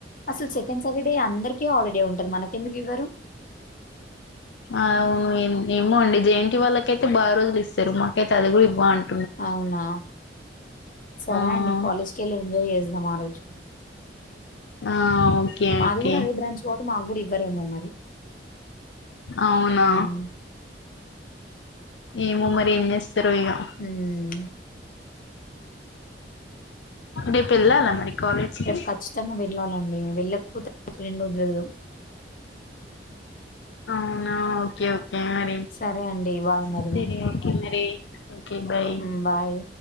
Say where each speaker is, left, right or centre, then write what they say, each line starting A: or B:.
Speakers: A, on the left; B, on the left.
A: అసలు సెకండ్ సాటర్డే అందరికి హాలిడే ఉంటది మనకెందుకు ఇవ్వరు
B: ఆ అవును ఏమో అండి జయంతి వాళ్ళకైతే బాగా రోజులు ఇస్తారు మా <unintelligible>
A: అవునా సరే
B: ఆ
A: అండి కాలేజ్ కి వెళ్ళి ఎంజాయ్ చేద్దాం ఆ రోజు
B: ఆ ఓకే
A: మాది
B: ఓకే
A: కూడా అదే బ్రాంచ్ కాబట్టి మాకు కూడా ఇవ్వరేమో మరి
B: అవునా
A: ఉమ్
B: ఏమో మరి ఏం జేస్తారో ఇగా
A: ఉమ్.
B: రేపు ఎల్లాల మరి కాలేజ్
A: రేపు
B: కి
A: ఖచ్చితంగా వెళ్ళాలండి వెళ్ళకపోతే నా రెండు <unintelligible>
B: అవునా ఓకే ఓ హు మరి
A: సరే అండి బాయ్
B: <unintelligible>
A: మరి
B: ఓకే మరి ఓ ఒకే బై
A: ఉమ్, బాయ్